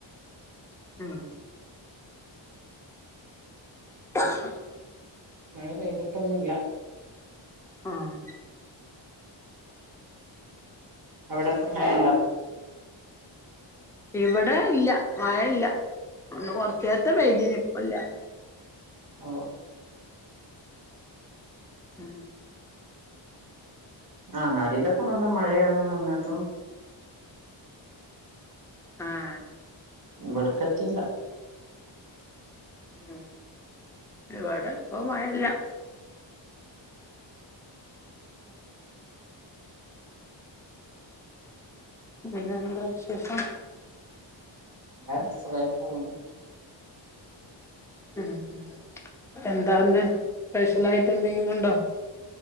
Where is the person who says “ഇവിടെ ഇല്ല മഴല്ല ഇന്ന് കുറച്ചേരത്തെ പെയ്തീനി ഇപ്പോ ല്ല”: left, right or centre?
Centre